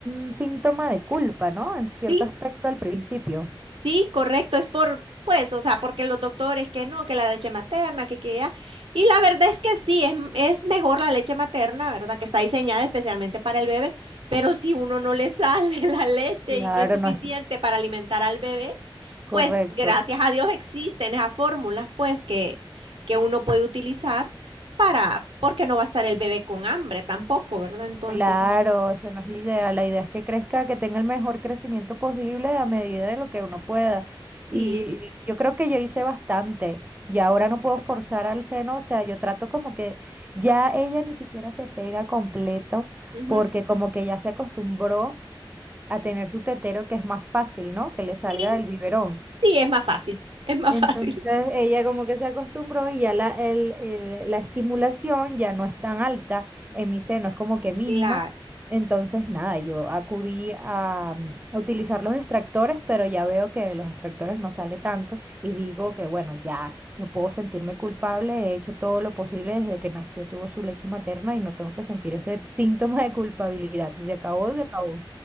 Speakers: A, on the right; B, on the right.
A: un síntoma de culpa, ¿no? En cierto
B: sí.
A: aspecto al principio.
B: Sí, correcto, es por, pues, o sea, porque los doctores que no, que la leche materna, que que ya. Y la verdad es que sí, es, m- es mejor la leche materna, ¿verdad? Que está diseñada especialmente para el bebé, pero si uno no le sale <laughs> la leche
A: Claro,
B: y no es suficiente
A: no es
B: para alimentar al bebé,
A: correcto.
B: pues gracias a Dios existen esas fórmulas, pues, que, que uno puede utilizar para, porque no va a estar el bebé con hambre tampoco, ¿verdad? Entonces,
A: Claro, eso no es la idea. La idea es que crezca, que tenga el mejor crecimiento posible a medida de lo que uno pueda.
B: sí,
A: Y yo creo que yo hice bastante. Y ahora no puedo forzar al seno. O sea, yo trato como que ya ella ni siquiera se pega completo
B: ujú,
A: porque como que ya se acostumbró a tener su tetero que es más fácil, ¿no? Que le salga
B: Sí,
A: del biberón.
B: sí, es más fácil, es más
A: Entonces
B: <laughs> fácil.
A: ella como que se acostumbró y ya la, el- el- la estimulación ya no es tan alta en mi seno, es como que mínima.
B: Claro.
A: Entonces nada, yo acudí a, mm, a utilizar los extractores, pero ya veo que los extractores no sale tanto y digo que bueno, ya no puedo sentirme culpable, he hecho todo lo posible desde que nació, tuvo su leche materna y no tengo que sentir ese síntoma de culpabilidad. Si se acabó, se acabó.